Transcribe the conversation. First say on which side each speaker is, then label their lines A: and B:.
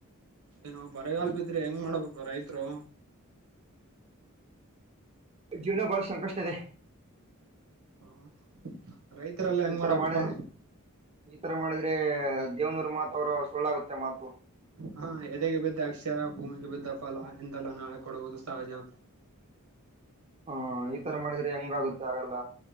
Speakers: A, on the right; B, on the right.
A: ಏನ ಬರಗಲ್ಪಿದ್ರೆ ಹೆಂಗ್ ಮಾಡ್ಬೇಕು ರೈತರು
B: ಜೀವನೋ ಬಳ ಸಂಕಷ್ಟದೆ
A: ಹ ರೈತರೆಲ್ಲಾ ಹೆಂಗ್
B: ಈತರ
A: ಮಾಡಕಪ್ಪಾ
B: ಮಾಡಿದ್ರೆ ಈತರ ಮಾಡಿದ್ರೆ ದೇವನೂರ್ ಮಾತ್ ಅವರ ಸಳ್ಳಾಗುತ್ತೆ ಮಾತು
A: ಹಾ ಎದೆಗೆ ಬಿದ್ದ ಅಕ್ಷರ ಭೂಮಿಗೆ ಬಿದ್ದ ಫಲ ಇಂದೆಲ್ಲಾ ನಾಳೆ ಕೊಡುವುದು ಸಹಜ ಅಂತ
B: ಹಾ ಈ ತರ ಮಾಡಿದ್ರೆ ಹೆಂಗಾಗುತ್ತೆ ಆಗಲ್ಲ